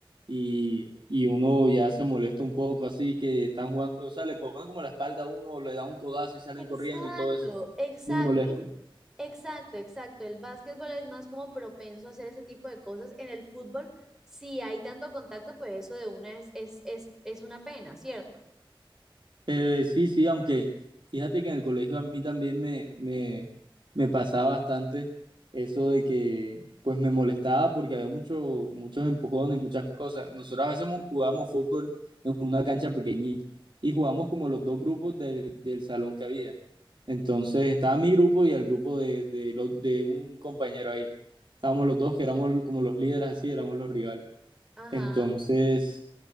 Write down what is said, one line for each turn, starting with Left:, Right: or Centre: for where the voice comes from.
Right: y, y uno ya se molesta un poco, así que están jugando, o sea, le ponen como la espalda a uno, le da un codazo y salen
Centre: Exacto,
Right: corriendo y todo eso.
Centre: exacto,
Right: Muy molesto.
Centre: exacto, exacto. El básquetbol es más como propenso a hacer ese tipo de cosas. En el fútbol, si hay tanto contacto, pues eso de una es, es, es, es una pena, ¿cierto?
Right: Eh, sí, sí, aunque fíjate que en el colegio a mí también me, me, me pasaba bastante eso de que pues me molestaba porque había mucho, muchos empujones, muchas cosas. Nosotros a veces mu- jugábamos fútbol en una cancha pequeñita y jugábamos como los dos grupos del, del salón que había. Entonces estaba mi grupo y el grupo de, de, lo- de un compañero ahí. Estábamos los dos que éramos como los líderes así, éramos los rivales.
Centre: Ajá.
Right: Entonces...